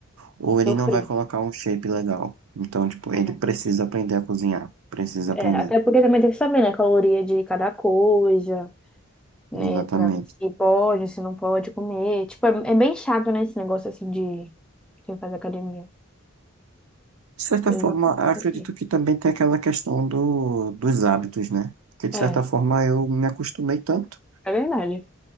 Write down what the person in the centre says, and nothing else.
sofri.
É,
é,
até porque também tem que saber, né, a caloria de cada coisa, né,
pra ver se pode, se não pode comer. Tipo, é, é bem chato, né, esse negócio assim de quem faz academia.
Eu,
tipo assim,
é,
é verdade.